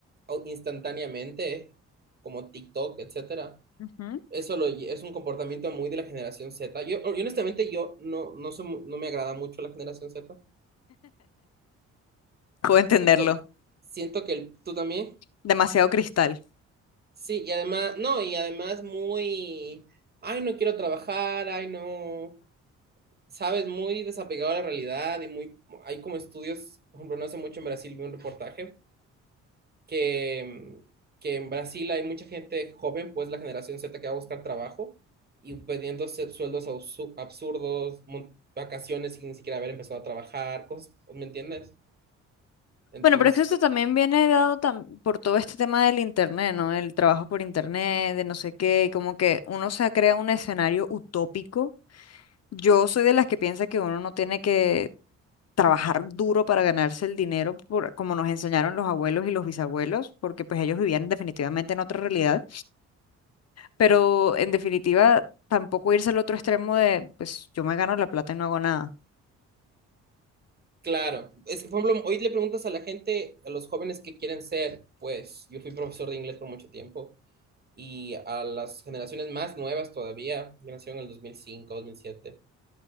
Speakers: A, on the right (about 30°); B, on the left (about 55°).
A: au- instantáneamente, como TikTok, etcétera,
B: Ujú.
A: eso lo lle- es un comportamiento muy de la generación Z. Yo, yo honestamente, yo no, no, soy mu- no me agrada mucho la generación Z.
B: Puedo entenderlo.
A: Siento, siento que el- tú también.
B: Demasiado cristal.
A: Sí, y además, no, y además muy, ay, no quiero trabajar, ay, no, sabes, muy desapegado a la realidad y muy, hay como estudios, por ejemplo, no hace mucho en Brasil vi un reportaje que, que en Brasil hay mucha gente joven, pues la generación Z que va a buscar trabajo y pidiendo se- sueldos absu- absurdos, mon- vacaciones sin ni siquiera haber empezado a trabajar, cosas, ¿me entiendes? Entonces,
B: Bueno, pero es que esto también viene dado tam- por todo este tema del internet, ¿no? El trabajo por internet, de no sé qué, y como que uno se crea un escenario utópico. Yo soy de las que piensa que uno no tiene que trabajar duro para ganarse el dinero, por, como nos enseñaron los abuelos y los bisabuelos, porque pues ellos vivían definitivamente en otra realidad, pero en definitiva tampoco irse al otro extremo de, pues yo me gano la plata y no hago nada.
A: claro, es que por ejemplo, hoy le preguntas a la gente, a los jóvenes qué quieren ser, pues yo fui profesor de inglés por mucho tiempo y a las generaciones más nuevas todavía, que nacieron en el dos dos mil cinco dos mil siete